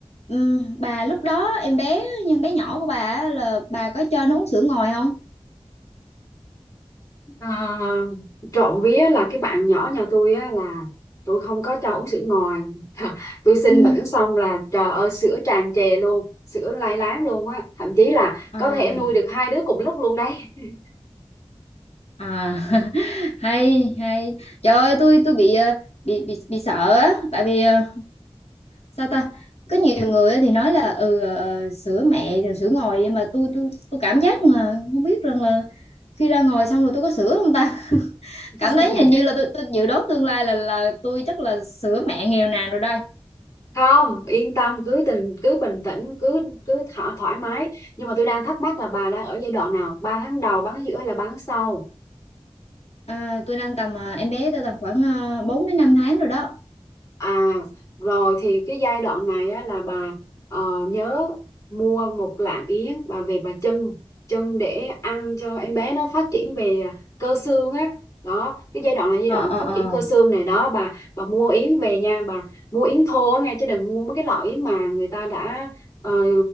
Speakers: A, on the left; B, on the left.
A: ừm, bà lúc đó em bé nhưng bé nhỏ của bà á, là bà có cho nó uống sữa ngoài không
B: à, trộm vía là cái bạn nhỏ nhà tôi á là tôi không có cho uống sữa ngoài <laughs> tôi xin
A: ừ
B: bẵng xong là trời ơi sữa tràn trề luôn sữa lai láng luôn á thậm chí là
A: À.
B: có thể nuôi được hai đứa cùng lúc luôn đấy <laughs>
A: À, <laughs> hay hay trời ơi tôi tôi bị ờ, bị bị, bị sợ á tại vì ờ, sao ta có nhiều người á thì nói là ừ ờ, sữa mẹ rồi sữa ngồi nhưng mà tôi tôi tôi cảm giác mà không biết rằng là khi ra ngồi xong rồi tôi có sữa không ta <laughs>
B: <laughs>
A: cảm thấy hình như là tôi, tôi dự đoán tương lai là là tôi chắc là sữa mẹ nghèo nàn rồi đây
B: không yên tâm cứ tình cứ bình tĩnh cứ cứ thỏ, thoải mái nhưng mà tôi đang thắc mắc là bà đang ở giai đoạn nào ba tháng đầu ba tháng giữa hay là ba tháng sau
A: à, tôi đang tầm ờ, em bé tôi tầm khoảng ờ, 4 đến năm tháng rồi đó
B: À rồi thì cái giai đoạn này á, là bà ờ, nhớ mua một lạng yến bà về bà chưng chưng để ăn cho em bé nó phát triển về cơ xương á đó cái giai đoạn là giai
A: ờ
B: đoạn
A: ờ
B: phát
A: ờ
B: triển cơ xương này đó bà bà mua yến về nha bà mua yến thô á nghe chứ đừng mua mấy cái loại yến mà người ta đã ờ,